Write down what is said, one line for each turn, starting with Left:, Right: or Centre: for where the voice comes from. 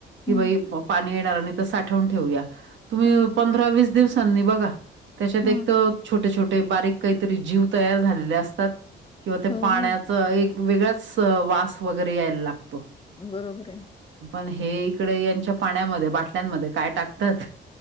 Right: कि
Left: हम्म
Right: बाई पाणी येणार आणि साठवून ठेवुया तुम्ही
Left: ह
Right: पंधरा वीस दिवसांनी बघा त्याच्यात
Left: ह
Right: एक तर
Left: ह
Right: छोटे छोटे बारीक काहीतरी जीव तयार झालेले असतात. किंवा ते
Left: हो
Right: पाण्याच
Left: हो
Right: एक वेगळाच वास वगैरे यायला लागतो.
Left: बरोबरय.
Right: पण हे इकडे यांच्या पाण्यामध्ये बाटल्यांमध्ये काय टाकतात?